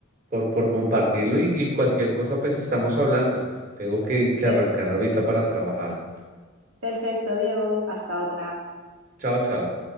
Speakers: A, on the right; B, on the right.
A: por, por compartirlo y, y cualquier cosa, pues estamos hablando. Tengo que, que
B: Pero-
A: arrancar ahorita para trabajar.
B: Perfecto, Diego. Hasta otra.
A: Chao, chao.